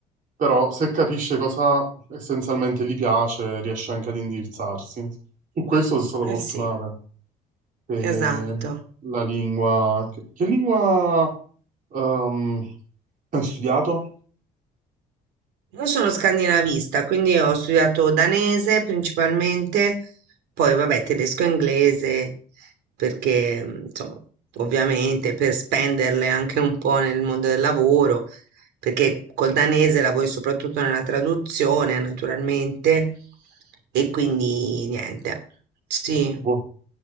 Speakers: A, on the right; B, on the right.
A: però se capisce cosa essenzialmente gli piace, riesce anche ad indirizzarsi. Su questo sono stato
B: Eh
A: fortunato,
B: sì,
A: che
B: esatto.
A: la lingua... Che, che lingua ehm, hai studiato?
B: Io sono scandinavista, quindi ho studiato danese principalmente, poi vabbè tedesco e inglese, perché mh, insomma, ovviamente per spenderle anche un po' nel mondo del lavoro, perché col danese lavori soprattutto nella traduzione, naturalmente, e quindi niente, sì.
A: Tipo,